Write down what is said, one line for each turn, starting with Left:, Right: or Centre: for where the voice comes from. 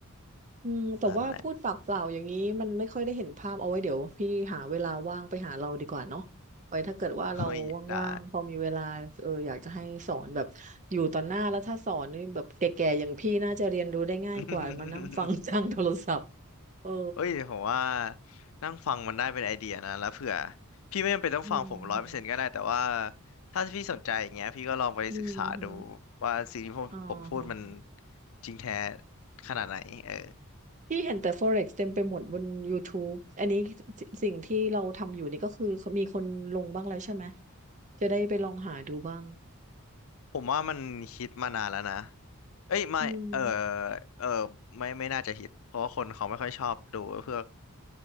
Right: อืมแต่ว่าพูดปากเปล่าอย่างนี้มันไม่ค่อยได้เห็นภาพเอาไว้เดี๋ยวพี่หาเวลาว่างไปหาเราดีกว่าเนาะไว้ถ้าเกิดว่าเรา
Left: นั่นแหละเฮ้ยได้
Right: ว่างๆพอมีเวลาเอออยากจะให้สอนแบบอยู่ต่อหน้าแล้วถ้าสอนนี่แบบแก่ๆอย่างพี่น่าจะเรียนรู้ได้ง่ายกว่ามานั่งฟัง
Left: <laughs>
Right: <laughs> ทางโทรศัพท์เออ
Left: เอ้ยผมว่านั่งฟังมันได้เป็นไอเดียนะแล้วเผื่อพี่ไม่จำเป็นต้องฟังผมร้อยเปอร์เซ็นต์ก็ได้แต่ว่า
Right: อืมฮึ
Left: ถ้าพี่สนใจอย่างเงี้ยพี่ก็ลองไปศึกษาดู
Right: อืมฮึ
Left: ว่าสิ่งที่ผมผมพูดมัน
Right: อ๋อฮะ
Left: จริงแท้ขนาดไหนเออ
Right: พี่เห็นแต่ Forex เต็มไปหมดบน YouTube อันนี้สิสิ่งที่เราทำอยู่นี่ก็คือมีคนลงบ้างแล้วใช่ไหมจะได้ไปลองหาดูบ้าง
Left: ผมว่ามันฮิตมานานแล้วนะเอ้ยไม่เออ
Right: อืม
Left: เออไม่ไม่น่าจะฮิตเพราะว่าคนเขาไม่ค่อยชอบดูเพื่อ